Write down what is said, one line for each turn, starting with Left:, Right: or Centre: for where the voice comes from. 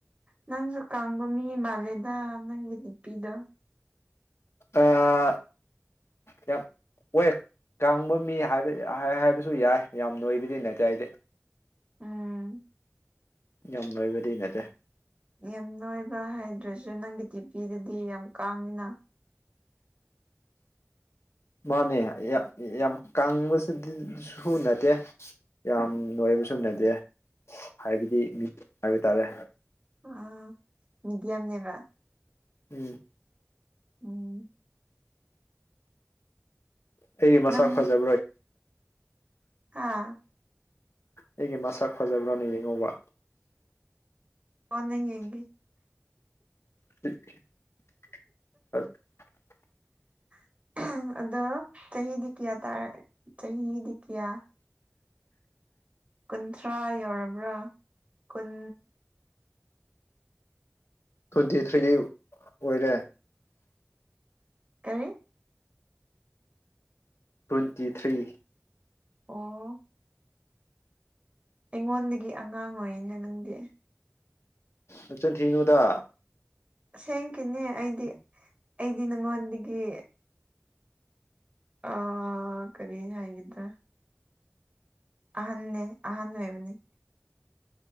Right: ꯅꯪꯖꯨ ꯀꯪꯕ ꯃꯤ ꯃꯥꯂꯦꯗ ꯅꯪꯒꯤ ꯗꯤꯄꯤꯗꯣ
Left: ꯑꯥ ꯌꯞ ꯋꯦꯛ ꯀꯪꯕ ꯃꯤ ꯍꯥꯢꯕ ꯍꯍꯥꯢꯕꯁꯨ ꯌꯥꯢ ꯌꯥꯝ ꯅꯣꯢꯕꯗꯤ ꯅꯠꯇꯦ ꯑꯩꯗꯤ
Right: ꯎꯝ
Left: ꯌꯥꯝ ꯅꯣꯢꯕꯗꯤ ꯅꯠꯇꯦ
Right: ꯌꯥꯝ ꯅꯣꯢꯕ ꯍꯥꯢꯗ꯭ꯔꯁꯨ ꯅꯪꯒꯤ ꯗꯤꯄꯤꯗꯨꯗꯤ ꯌꯥꯝ ꯀꯪꯉꯤꯅ
Left: ꯃꯥꯅꯦ ꯌꯥꯝ ꯌꯥꯝ ꯀꯪꯕꯁꯤꯗꯤ ꯁꯨ ꯅꯠꯇꯦ ꯌꯥꯝ ꯅꯣꯢꯕꯁꯨ ꯅꯠꯇꯦ ꯍꯥꯢꯕꯗꯤ ꯃꯤ ꯍꯥꯢꯕ ꯇꯥꯔꯦ
Right: ꯑ ꯃꯤꯗꯤꯌꯝꯅꯦꯕ
Left: ꯎꯝ
Right: ꯎꯝ
Left: ꯑꯩꯒꯤ ꯃꯁꯛ
Right: ꯅꯪ
Left: ꯐꯖꯕ꯭ꯔꯣꯏ
Right: ꯍꯥꯥ
Left: ꯑꯩꯒꯤ ꯃꯁꯛ ꯐꯖꯕ꯭ꯔꯅ ꯌꯦꯡꯉꯣꯕ
Right: ꯀꯣꯟꯅ ꯌꯦꯡꯒꯦ
Left: <unintelligible>
Right: <inaudible> ꯑꯗꯣ ꯆꯍꯤꯗꯤ ꯀꯌꯥ ꯇꯥꯔꯦ ꯆꯍꯤꯗꯤ ꯀꯌꯥ ꯀꯨꯟꯊ꯭ꯔꯥ ꯌꯧꯔꯕ꯭ꯔꯥ ꯀꯨꯟ
Left: ꯇ꯭ꯋꯦꯟꯇꯤ ꯊ꯭ꯔꯤꯒꯤ ꯑꯣꯏꯔꯦ
Right: ꯀꯔꯤ
Left: ꯇ꯭ꯋꯦꯟꯇꯤ ꯊ꯭ꯔꯤ
Right: ꯑꯣ ꯑꯩꯉꯣꯟꯗꯒꯤ ꯑꯉꯥꯡ ꯑꯣꯏꯔꯤꯅꯦ ꯅꯪꯗꯤ
Left: ꯅꯆꯤꯟ ꯊꯤꯅꯨꯗ
Right: ꯑꯁꯦꯡꯀꯤꯅꯦ ꯑꯩꯗꯤ ꯑꯩꯗꯤ ꯅꯉꯣꯟꯗꯒꯤ ꯑ ꯀꯔꯤ ꯍꯥꯏꯒꯗ꯭ꯔꯥ ꯑꯍꯟꯅꯦ ꯑꯍꯟ ꯑꯣꯏꯕꯅꯤ